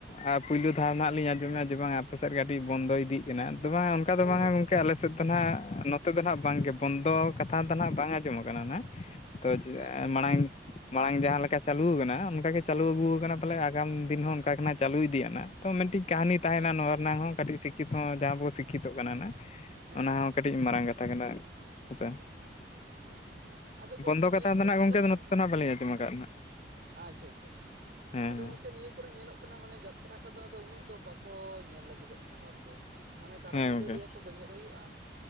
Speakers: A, on the left; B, on the right.
A: ᱟᱨ ᱯᱳᱭᱞᱳ ᱫᱷᱟᱣ ᱱᱟᱦᱟᱜ ᱞᱤᱧ ᱟᱸᱡᱚᱢᱮᱜ-ᱟ ᱡᱮ ᱵᱟᱝ ᱟᱯᱮ ᱥᱮᱱ ᱠᱟᱹᱴᱤᱡ ᱵᱚᱱᱫᱚ ᱤᱫᱤᱜ ᱠᱟᱱᱟ, ᱛᱚ ᱵᱟᱝ ᱚᱱᱠᱟ ᱫᱚ
B: ᱦᱳᱭ
A: ᱵᱟᱝᱟ
B: ᱦᱳᱭ
A: ᱜᱚᱝᱠᱮ᱾ ᱠᱮ ᱟᱞᱮ ᱥᱮᱫ ᱫᱚ ᱱᱟᱦᱟᱸᱜ ᱱᱚᱛᱮ ᱫᱚ ᱱᱟᱦᱟᱜ ᱵᱟᱝᱜᱮ ᱵᱚᱱᱫᱚ ᱠᱟᱛᱷᱟ ᱫᱚ ᱱᱟᱦᱟᱜ ᱵᱟᱝ ᱟᱸᱡᱚᱢ ᱠᱟᱱᱟ ᱱᱟᱦᱟᱜ ᱾ ᱛᱚ
B: ᱟᱪᱪᱷᱟ ᱟᱪᱪᱷᱟ
A: ᱢᱟᱲᱟᱝ ᱢᱟᱲᱟᱝ ᱡᱟᱦᱟᱸ ᱞᱮᱠᱟ ᱪᱟᱹᱞᱩ ᱟᱠᱟᱱᱟ ᱚᱱᱠᱟ ᱜᱮ ᱪᱟᱹᱞᱩ ᱟᱹᱜᱩ ᱟᱠᱟᱱᱟ ᱯᱟᱞᱮ ᱟᱜᱟᱢ ᱫᱤᱱ ᱦᱚᱸ ᱚᱱᱠᱟᱜᱮ ᱱᱟᱦᱟᱜ ᱪᱟᱞᱩ ᱤᱫᱤᱜ-ᱟ ᱱᱟᱸᱜ᱾ ᱛᱚ ᱢᱤᱫᱴᱤᱡ ᱠᱟᱹᱦᱱᱤ ᱛᱟᱦᱮᱱᱟ
B: ᱟᱪᱪᱷᱟ
A: ᱱᱚᱣᱟ ᱨᱮᱱᱟᱜ ᱦᱚᱸ ᱠᱟᱹᱴᱤᱡ ᱥᱤᱠᱠᱷᱤᱛᱚ ᱦᱚᱸ ᱡᱟᱦᱟᱸ ᱵᱚ ᱥᱤᱠᱠᱷᱤᱛᱚᱜ ᱠᱟᱱᱟ ᱱᱟᱜ᱾
B: ᱦᱮᱸ
A: ᱚᱱᱟ
B: ᱦᱮᱸ
A: ᱦᱚᱸ ᱠᱟᱴᱤᱡ ᱢᱟᱨᱟᱝ ᱠᱟᱛᱷᱟ ᱠᱟᱱᱟ᱾ ᱦᱮᱸᱥᱮ
B: ᱦᱮᱸ ᱦᱮᱸ ᱟᱫᱚ ᱜᱚᱝᱠᱮ
A: ᱵᱚᱱᱫᱚ
B: ᱱᱤᱭᱟᱹ
A: ᱠᱟᱛᱷᱟ
B: ᱠᱚᱨᱮ
A: ᱫᱚ ᱱᱟᱦᱟᱜ
B: ᱧᱮᱞᱚᱜ
A: ᱜᱚᱝᱠᱮ
B: ᱠᱟᱱᱟ᱾
A: ᱱᱚᱛᱮ ᱫᱚ ᱱᱟᱦᱟᱜ ᱵᱟᱹᱞᱤᱧ ᱟᱸᱡᱚᱢ ᱟᱠᱟᱫᱼᱟ ᱱᱟᱦᱟᱜ
B: ᱟᱪᱪᱷᱟ ᱟᱪᱪᱷᱟ ᱪᱷᱟ
A: ᱦᱮᱸ
B: ᱟᱫᱚ ᱜᱚᱝᱠᱮ ᱱᱤᱭᱟᱹ ᱠᱚᱨᱮ ᱧᱮᱞᱚᱜ ᱠᱟᱱᱟ ᱢᱟᱱᱮ ᱡᱟᱛᱨᱟ ᱠᱚᱫᱚ ᱟᱫᱚ ᱩᱱᱟᱹᱜ ᱫᱚ ᱵᱟᱠᱚ ᱧᱮᱞ ᱞᱟᱹᱜᱤᱫᱚᱜ ᱠᱟᱱᱟ ᱦᱚᱲ ᱠᱚ᱾ ᱢᱟᱱᱮ ᱥᱟᱨᱟ
A: ᱦᱮᱸ
B: ᱧᱤᱫᱟᱹ
A: ᱜᱚᱝᱠᱮ
B: ᱞᱟᱹᱭᱟᱠᱚ ᱵᱮᱸᱜᱮᱱ ᱦᱩᱭᱩᱜᱼᱟ,